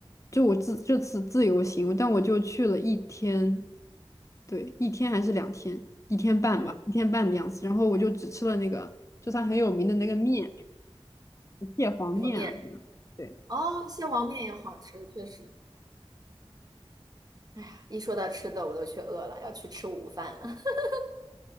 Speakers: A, on the left (about 30°); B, on the right (about 40°).
A: 就我自这次自由行，但我就去了一天，对，一天还是两天，一天半吧，
B: 嗯，
A: 一天半的样子。然后我就只吃了那个，就它很有名的那个面，蟹黄面啊，
B: 什么面？
A: 这样。对，
B: 哦，蟹黄面也好吃，确实。哎呀，一说到吃的，我都去饿了，要去吃午饭了。<laughs>